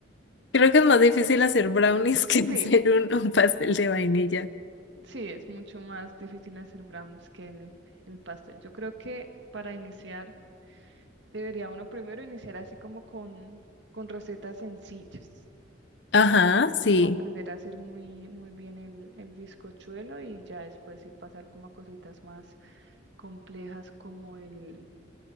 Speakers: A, on the left; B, on the right.
A: Creo que es más difícil hacer brownies <laughs> que
B: Sí,
A: hacer un, un pastel de vainilla.
B: Sí, es mucho más difícil hacer brownies que el, el pastel. Yo creo que para iniciar, debería uno primero iniciar así como con, con recetas sencillas,
A: Ajá, sí,
B: como aprender a hacer muy, muy bien el, el bizcochuelo y ya después sí pasar como a cositas más complejas como el,